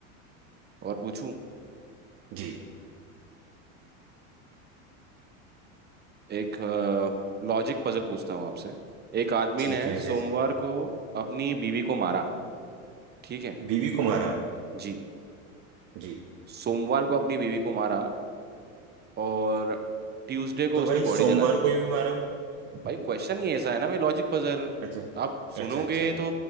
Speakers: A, on the right; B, on the right.
A: और पूछूं
B: जी
A: एक लॉजिक पजल पूछता हूँ आपसे एक आदमी
B: ठीक
A: ने
B: है
A: सोमवार
B: ऐसे जी
A: को अपनी बीवी को मारा ठीक है
B: बीवी को मारा
A: जी
B: जी
A: सोमवार को अपनी बीवी को मारा और ट्यूसडे को
B: तो
A: उसने
B: भाई
A: बॉडी
B: सोमवार
A: जला दी
B: को ही भी मारा
A: भाई क्वेश्चन ही ऐसा है ना भाई लॉजिक पजल
B: अच्छा
A: आप सुनोगे
B: अच्छा अच्छा
A: तो